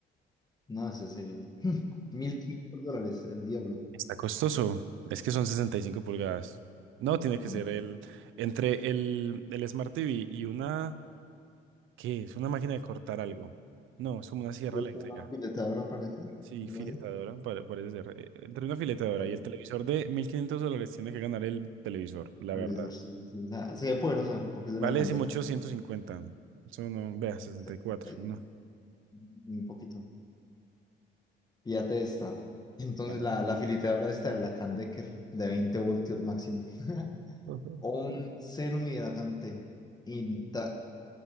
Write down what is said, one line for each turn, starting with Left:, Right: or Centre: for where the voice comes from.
Left: No, ese sería <laughs> 1.500 dólares, el diablo.
Right: Está costoso. Es que son 65 pulgadas. No, tiene que
Left: Bueno,
Right: ser el... Entre el, el Smart TV y una... ¿Qué? Es una máquina de cortar algo. No, es como una
Left: sí,
Right: sierra
Left: es
Right: eléctrica.
Left: como una filetadora parecida,
Right: Sí,
Left: algo
Right: filetadora,
Left: así.
Right: pare- parece ser. Eh, Entre una filetadora
Left: Wow.
Right: y el televisor de 1.500 dólares tiene que ganar el televisor, la
Left: El televisor,
Right: verdad.
Left: sí, sí, o sea, se ve poderosa porque es de
Right: Vale
Left: la Candec.
Right: dieciocho, ciento cincuenta Eso no, vea, 64
Left: setenta y
Right: no.
Left: cinco, Un poquito. Fíjate esta. Entonces,
Right: A
Left: la, la filetadora esta de la Candecker de 20 voltios máximo. <laughs>
Right: ver.
Left: O un serum hidratante inta-